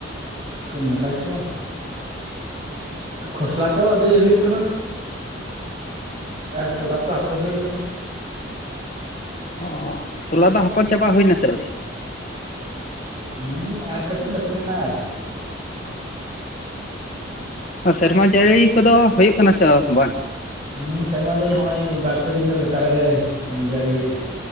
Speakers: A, on the right; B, on the left.
A: ᱠᱟᱹᱢᱤ ᱠᱟᱡ ᱠᱚ᱾ ᱠᱷᱚᱥᱞᱟ ᱠᱚ ᱟᱹᱫᱟᱹᱭ ᱦᱩᱭᱩᱜ ᱠᱟᱱᱟ᱾ ᱟᱨ ᱛᱚᱞᱟ ᱠᱚ ᱟᱯᱚᱨ ᱦᱩᱭᱩᱜ ᱠᱟᱱᱟ᱾
B: ᱚᱻ ᱛᱚᱞᱟ ᱫᱚ ᱦᱟᱯᱚᱨ ᱪᱟᱵᱟ ᱦᱩᱭᱱᱟ ᱥᱮ ᱟᱹᱣᱨᱤ?
A: ᱦᱩᱸ ᱟᱨ ᱠᱟᱹᱴᱤᱡ ᱵᱟᱹᱠᱤ ᱢᱮᱱᱟᱜᱼᱟ ᱟᱨᱠᱤ᱾
B: ᱥᱮᱨᱢᱟ ᱡᱟᱹᱲᱤ ᱠᱚᱫᱚ ᱦᱩᱭᱩᱜ ᱠᱟᱱᱟ ᱥᱮ ᱵᱟᱝ?
A: ᱦᱩᱸ ᱥᱮᱨᱢᱟ ᱡᱟᱹᱲᱤ ᱦᱚᱸᱜᱼᱚᱭ ᱵᱟᱨ ᱯᱮ ᱫᱤᱱ ᱫᱚ ᱞᱮᱛᱟᱲ ᱜᱮ ᱡᱟᱹᱲᱤᱭᱮᱜᱼᱟᱭ᱾